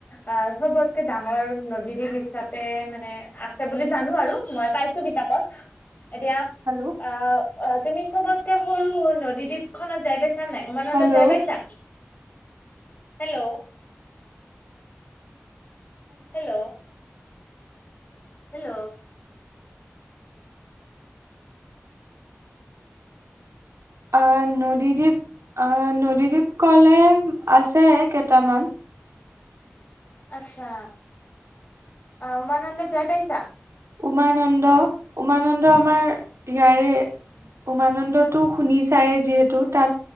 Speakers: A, on the left (about 35°); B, on the right (about 80°).
A: আ চবতকে ডাঙৰ নদীদ্বীপ হিচাপে মানে আছে বুলি জানো আৰু মই পাইছো কিতাপত।
B: <inaudible>
A: এতিয়া
B: হেল্ল'
A: অ তুমি চবতকে সৰু নদীদ্বীপ খনত যাই পাইছ ছা নাই উমানন্দত
B: হেল্ল'
A: জায় পাইছা? হেল্ল। Hello hello.
B: আ নদীদ্বীপ আ নদীদ্বীপ ক'লে আছে কেইটামান।
A: আচ্ছা, উমানন্দত যাই পাইছা?
B: উমানন্দ উমানন্দ আমাৰ ইয়াৰে উমানন্দটো শুনিছাই যিহেতু তাত